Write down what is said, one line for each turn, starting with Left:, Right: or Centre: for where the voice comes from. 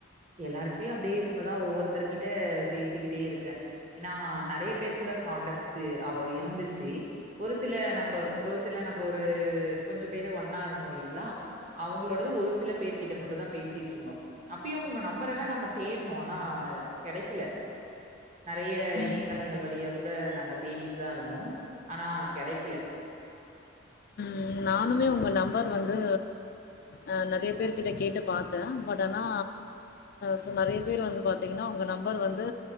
Right: எல்லார்கிட்டயு அப்டியே இப்பதா ஒவ்வொருத்தரு கிட்ட பேசிக்கிட்டே இருக்கே ஏன்னா நெறைய பேர் கூட கான்டக்ட்ஸ் அவ இருந்துச்சு ஒரு சில நம்ப ஒரு சில நம்ப ஒரு கொஞ்சோ பேரு ஒன்னா இருந்தோ இல்லைங்களா அவங்களோடது ஒரு சில பேர்கிட்ட மட்டு தா பேசிட்ருந்தோ அப் இப்பயு உங்க நம்பர் எல்லா நாங்க தேடனோ ஆனா கெடைக்கல நெறைய
Left: ம்
Right: இணையதளங்கள் வழிய கூட நாங்க தேடிட்டுதா இருந்தோ ஆனா கெடைக்கல
Left: ம் நானுமே உங்க நம்பர் வந்து அ நெறைய பேர்க கிட்ட கேட்டு பாத்தேன் பட் ஆனா சி நெறைய பேர் வந்து பாத்தீங்கன்னா உங்க நம்பர் வந்து